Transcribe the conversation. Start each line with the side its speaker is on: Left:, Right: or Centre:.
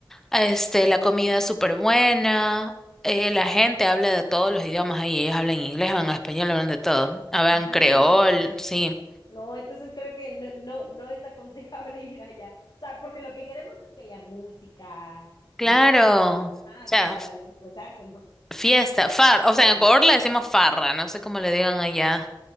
Centre: este, la comida súper buena, eh, la gente habla de todos los idiomas ahí, ellos hablan inglés, hablan español, hablan de todo, hablan
Left: No,
Centre: creol, sí,
Left: no, entonces creo que no, no, no es aconsejable <laughs> ir allá. O sea, porque lo que queremos es que haya música,
Centre: claro,
Left: vida,
Centre: o
Left: ajá,
Centre: sea,
Left: como para
Centre: f-
Left: desestresarse, ¿no?
Centre: fiesta, far, o sea,
Left: Sí.
Centre: en Ecuador le decimos farra, no sé cómo le digan allá.